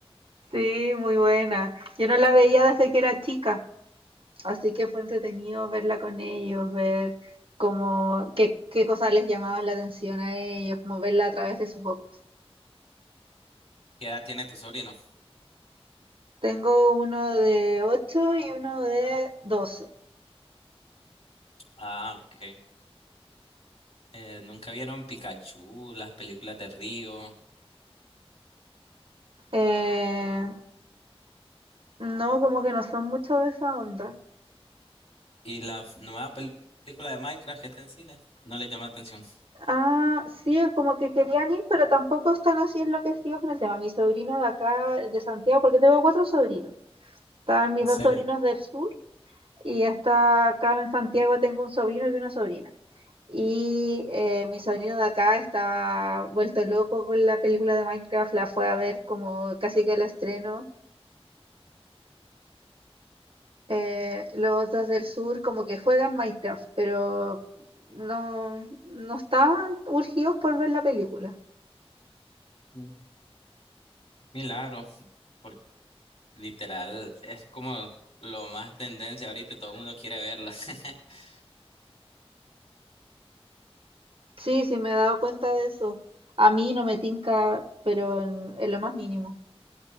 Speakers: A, on the right (about 60°); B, on the left (about 75°).
A: Sí, muy buena. Yo no la veía desde que era chica, así que fue entretenido verla con ellos, ver cómo, qué, qué cosas les llamaban la atención a ellos, como verla a través de sus ojos.
B: ¿Qué edad tiene tu sobrino?
A: Tengo uno de 8 y uno de 12.
B: Ah, ok. Eh, ¿nunca vieron Pikachu, las películas de Río
A: Eh, no, como que no son mucho de esa onda.
B: y la f- nueva pel- película de Minecraft que está en cine? No le llama atención.
A: Ah, sí, es como que querían ir, pero tampoco están así enloquecidos con el tema. Mi sobrino de acá, de Santiago, porque tengo cuatro sobrinos. Están mis
B: ¿En serio?
A: dos sobrinos del sur y está acá en Santiago tengo un sobrino y una sobrina. Y eh, mi sobrino de acá está vuelto loco con la película de Minecraft, la fue a ver como casi que el estreno. Eh, los otros del sur como que juegan Minecraft, pero no, no estaban urgidos por ver la película.
B: Mm. Milagro, porque literal es como lo más tendencia ahorita y todo el mundo quiere verla. <laughs>
A: Sí, sí, me he dado cuenta de eso. A mí no me tinca, pero en, en lo más mínimo.